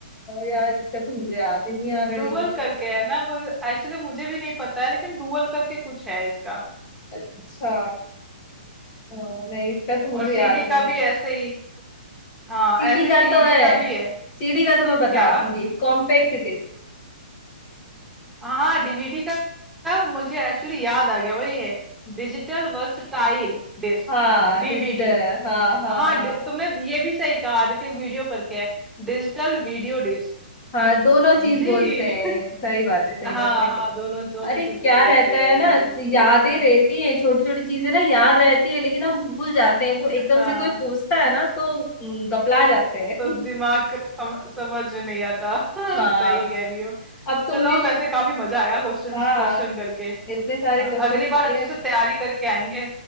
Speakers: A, on the left; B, in the centre.
A: यार इसका तो मुझे याद ही नहीं आ रहा
B: डुअल
A: डीवीडी
B: करके है ना वो एक्चुअली मुझे भी नहीं पता है लेकिन डुअल करके कुछ है इसका
A: अच्छा अ, नहीं इसका तो मुझे
B: और सीडी
A: याद
B: का
A: नहीं आ
B: भी
A: रहा
B: ऐसे ही हाँ
A: सीडी
B: ऐसे
A: का
B: सीडी
A: तो है
B: का भी है
A: सीडी का तो मैं बता
B: क्या
A: दूंगी कॉम्पैक्ट डिस्क
B: हाँ डीवीडी का का मुझे एक्चुअली याद आ गया वही है Digital versatile disc
A: हाँ
B: DVD
A: डिजिटल हाँ हाँ
B: हाँ
A: हाँ
B: डि- तुमने ये भी सही कहा कि वीडियो करके है डिजिटल वीडियो डिस्क
A: हाँ दोनों
B: समझी
A: चीज बोलते हैं
B: <laughs>
A: सही बात है सही
B: हाँ
A: बात है
B: हाँ दोनों दोनों
A: अरे
B: चीज
A: क्या
B: बोलते
A: रहता है
B: हैं
A: ना
B: दोनों चीज
A: यादें
B: बोलते
A: रहती
B: हैं
A: हैं छोटी छोटी चीजें ना याद रहती है लेकिन हम भूल जाते हैं वो एकदम
B: हाँ
A: से कोई पूछता है ना तो हम्म, गपला जाते हैं
B: तो
A: <laughs>
B: दिमाग का सम, समझ में नहीं आता <laughs>
A: हाँ
B: सही कह रही हो
A: अब तुमने
B: चलो वैसे काफी मजा आया क्वेश्चन
A: हाँ
B: क्वेश्चन करके
A: इतने सारे
B: अ,
A: क्वेश्चन
B: अगली
A: किए
B: बार अच्छे से तैयारी करके आएंगे